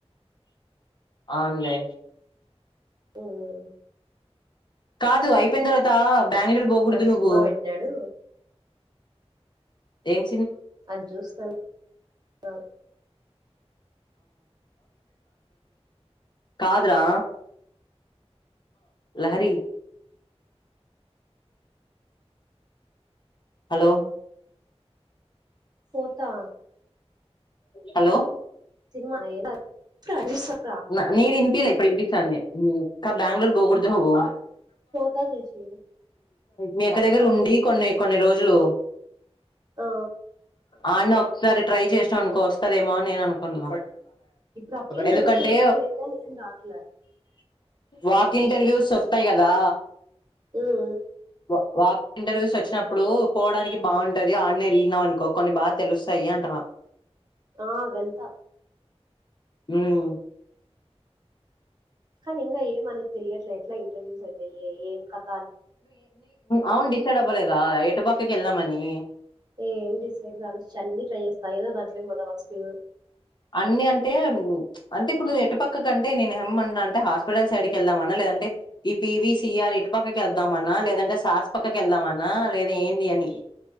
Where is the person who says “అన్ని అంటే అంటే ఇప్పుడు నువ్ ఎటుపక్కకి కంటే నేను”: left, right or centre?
Left